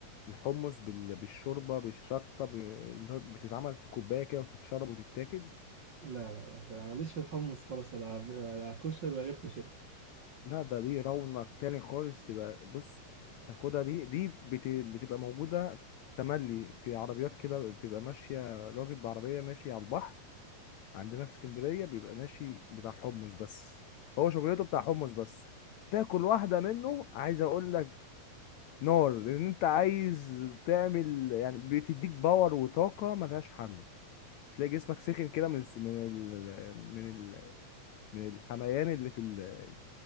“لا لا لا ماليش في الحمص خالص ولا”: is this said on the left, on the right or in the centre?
Right